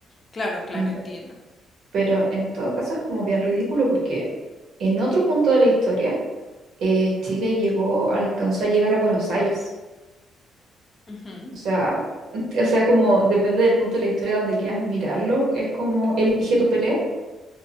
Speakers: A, on the left; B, on the right.
A: Claro, claro,
B: ¿me entiendes?
A: entiendo.
B: Pero en todo caso es como bien ridículo porque en otro punto de la historia eh, Chile llegó, alcanzó a llegar a Buenos Aires.
A: Ujú.
B: O sea, <laughs> o sea, como depende del punto de la historia donde quieras mirarlo, es como elige tu pelea.